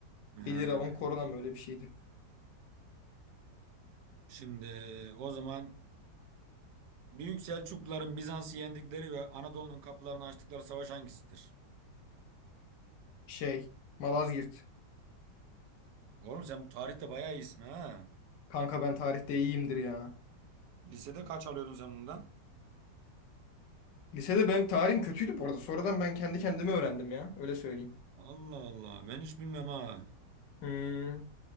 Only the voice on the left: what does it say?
1 lira 10 korona mı öyle bir şeydi.
Şey, Malazgirt.
Kanka ben tarihte iyiyimdir ya.
Lisede ben tarihim kötüydü bu arada. Sonradan ben kendi kendime öğrendim ya. Öyle söyleyeyim.
Hmm.